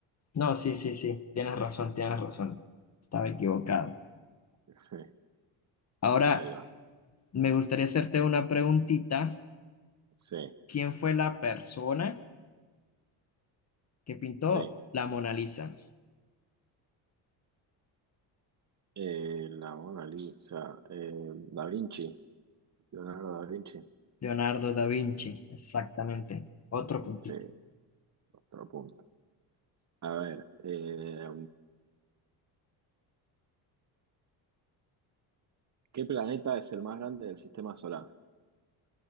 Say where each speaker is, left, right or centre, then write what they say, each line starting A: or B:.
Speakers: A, on the left (about 35°); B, on the right (about 40°).
A: No, sí, sí, sí, tienes razón, tienes razón. Estaba equivocado.
B: <laughs>
A: Ahora,
B: Ahí va.
A: me gustaría hacerte una preguntita.
B: Sí,
A: ¿Quién fue la persona? que pintó
B: sí.
A: la Mona Lisa.
B: Eh, la Mona Lisa, eh, Da Vinci, Leonardo da Vinci.
A: Leonardo da Vinci, exactamente. Otro puntito.
B: Sí, otro punto. A ver, eh, ¿qué planeta es el más grande del sistema solar?